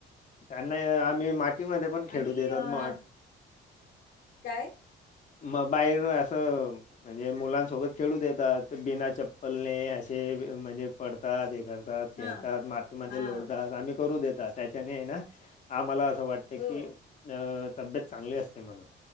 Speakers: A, on the left (about 40°); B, on the left (about 75°).
A: त्यांना आम्ही मातीमध्ये पण खेळू
B: आणि
A: देतात
B: अ,
A: मग.
B: काय?
A: म बाहेर अस म्हणजे मुलांसोबत खेळू देतात बिना चप्पलने असे म्हणजे पडतात हे करतात
B: हां.
A: खेळतात मातीमध्ये
B: हां.
A: लोळतात आम्ही करू देतात त्या ना आ मला असं वाटत
B: हो.
A: की अ तब्येत चांगली असते म्हणून.